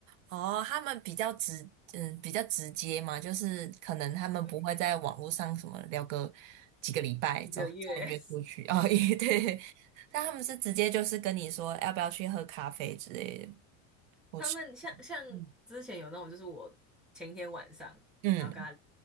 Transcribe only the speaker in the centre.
对，一个月，<laughs>
他们像像之前有那种，
就是我前一天晚上，
然后跟他，